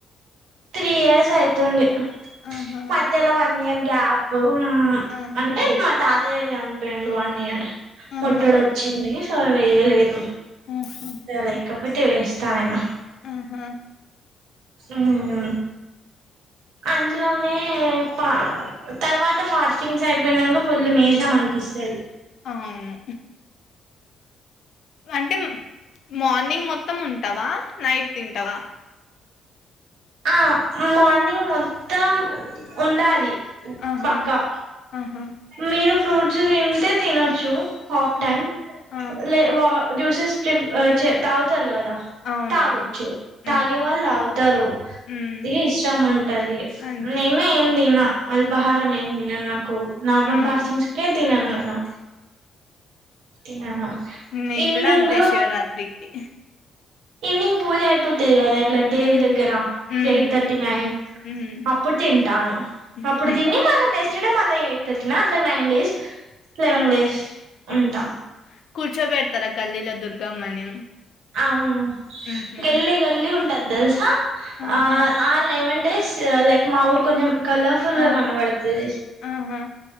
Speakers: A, on the right; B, on the left.
A: త్రీ ఇయర్స్ అయితుంది.
B: ఆహా
A: మధ్యలో వన్ ఇయర్ గ్యాప్
B: ఆ
A: అంటే మా తాతయ్య చనిపోయిడు వన్ ఇయర్
B: ఆహా
A: ముట్టడు వచ్చింది. అవ్ వేయలేదు
B: ఆహా
A: లేకపోతే వేస్తానేను.
B: హ్మ్
A: మ్ హు అందులోనే పా తర్వాత ఫాస్టింగ్స్ అయిపోయినాక ఫుల్ నీరసం అనిపిస్తాది.
B: అవును అంటే మార్నింగ్ మొత్తం ఉంటావా? నైట్ తింటావా?
A: ఆ మార్నింగ్ మొత్తం ఉండాలి.
B: ఆహా
A: పక్కా
B: ఆహా
A: మీరు ఫ్రూట్స్ తింటే తినొచ్చు హాఫ్
B: ఆ
A: టైమ్
B: ఆ
A: లే వా జ్యూసెస్ స్ట్రిప్ చే తాగుతారు కదా?
B: అవునవును
A: తాగొచ్చు.
B: మ్మ్
A: తాగే
B: హ్మ్
A: వాళ్ళు తాగుతారు.
B: మ్మ్
A: ఇ ఇష్టం ఉంటది
B: అంతే
A: నేనే ఏం తిన్న అల్పాహారం ఏం తినను నాకు నార్మల్
B: హ్మ్
A: ఫాస్టింగ్స్కే తినను నేను తినను
B: ఉమ్ నేను
A: ఈవినింగ్
B: కూడా అంతే శివరాత్రికి
A: ఈవినింగ్ పూజ అయిపోతుంది కదా ఇట్లా దేవి
B: హ్మ్
A: దగ్గర
B: హ్మ్
A: ఎయిట్ థర్టీ నైన్
B: హ్మ్
A: అప్పుడు తింటాను
B: హుహు
A: అప్పుడు తిని మళ్ళ నె క్స్ట్ డే మళ్ళీ ఎయిట్ థర్టీనా అట్లా నైన్ డేస్ లెవెన్
B: ఆ!
A: డేస్
B: హుహు.
A: ఉంటా
B: కూర్చోబెడతారా గల్లీలో దుర్గమ్మని
A: అవును
B: హుహు.
A: గల్లి గల్లి ఉంటది తెల్సా
B: ఆహా!
A: ఆ ఆ లెవన్ డేస్ లైక్ మా ఊర్ కొంచెం కలర్ఫుల్
B: ఆ!
A: కనపడుతది
B: ఆహా!